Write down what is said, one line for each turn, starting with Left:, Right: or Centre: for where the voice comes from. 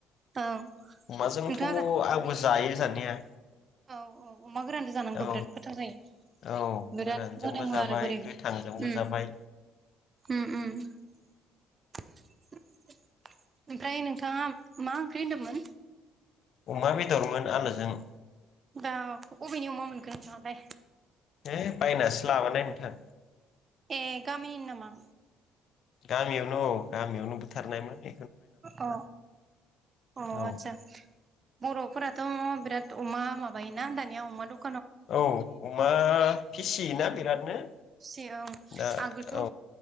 Right: औ
Left: अमाजोंथ'
Right: नोंथाङा
Left: आंबो जायो जानाया
Right: औ औ अमा गोरान जानांगौ
Left: औ
Right: बिराद खोथा जायो।
Left: औ
Right: बिराद
Left: गोरानजोंबो
Right: मदोमो
Left: जाबाय
Right: आरो उ
Left: गोथांजोंबो
Right: उ
Left: जाबाय
Right: उ ओमफ्राय नोंथाङा मा ओंख्रि होनदोंमोन?
Left: अमा बेदरमोन आलोजों
Right: दा अबेनि अमा मोनखनो नोंथां आलाय?
Left: ए बायनासो लाबानो नोंथां
Right: ए गामिनि नामा?
Left: गामियावनो औ गामियावनो बुथारनाय मोन
Right: अ अ अ
Left: औ
Right: आतसा बर'फोरा थ' बिराद अमा माबायोना दानिया अमा दं
Left: औ अमा फिसियोना बिरादनो
Right: फिसियो औ
Left: दा
Right: आगोलथ' ओ
Left: औ